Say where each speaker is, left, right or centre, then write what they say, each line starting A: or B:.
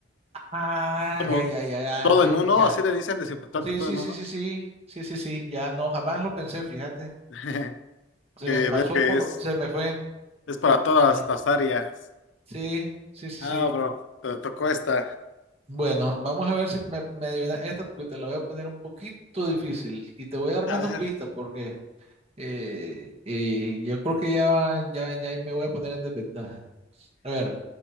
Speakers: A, on the right (about 35°); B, on the left (about 85°).
A: Ah,
B: como
A: ya, ya, ya, ya.
B: todo
A: eso,
B: en uno,
A: ya.
B: así le dicen desinfectante
A: Sí,
B: todo
A: sí,
B: en
A: sí,
B: uno.
A: sí, sí. Sí, sí, sí. Ya no, jamás lo pensé, fíjate.
B: <laughs>
A: Se
B: Que
A: me pasó
B: ves que
A: por,
B: es.
A: se me fue.
B: Es para todas
A: Eh,
B: las áreas.
A: sí, sí, sí,
B: Ah,
A: sí.
B: bro, te tocó esta.
A: Bueno, vamos a ver si me, me adivinas esta, porque te la voy a poner un poquito difícil y te voy a dar menos
B: A ver,
A: pistas porque eh, eh, yo creo que ya, ya, ya ahí me voy a poner en desventaja. A ver,